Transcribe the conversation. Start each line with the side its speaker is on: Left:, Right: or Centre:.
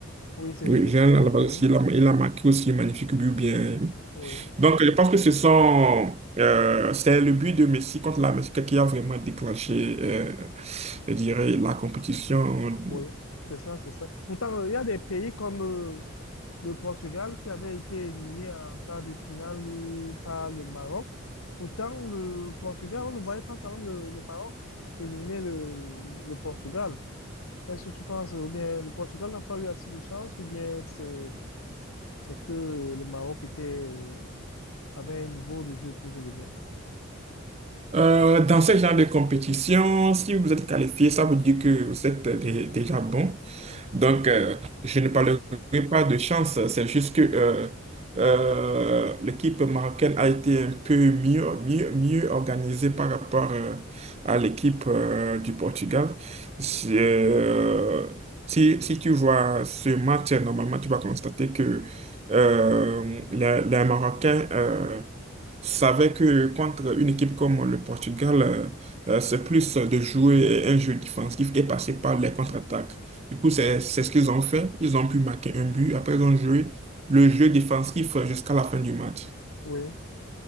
Left: Oui, c'est
Right: Oui, Julian
Left: c'est bien
Right: Alvarez
Left: lui.
Right: aussi, il a, il a marqué aussi un magnifique but bien.
Left: Oui,
Right: Donc, je pense que ce sont... euh, c'est le but de Messi contre la Mexique qui a vraiment déclenché, euh, je dirais, la compétition
Left: oui, c'est ça, c'est ça. Pourtant, euh, il y a des pays comme euh, Le Portugal qui avait été éliminé en quart de finale euh, par le Maroc. Pourtant, le Portugal, on ne voyait pas quand même le, le Maroc éliminer le, le Portugal. Est-ce que tu penses, ou bien le Portugal n'a pas eu assez de chance, ou bien c'est, c'est que le Maroc était, euh, avait un niveau de jeu plus élevé?
Right: Euh, dans ce genre de compétition, si vous êtes qualifié, ça veut dire que vous êtes dé- déjà bon. Donc, euh, je ne parlerai pas de chance, c'est juste que euh, euh, l'équipe marocaine a été un peu mieux, mieux, mieux organisée par rapport euh, à l'équipe euh, du Portugal. C'est, euh, si, si tu vois ce match, normalement, tu vas constater que euh, les, les Marocains euh, savaient que contre une équipe comme le Portugal, euh, euh, c'est plus de jouer un jeu défensif et passer par les contre-attaques. Du coup, c'est c'est ce qu'ils ont fait. Ils ont pu marquer un but. Après, ils ont joué le jeu défensif jusqu'à la fin du match.
Left: Oui.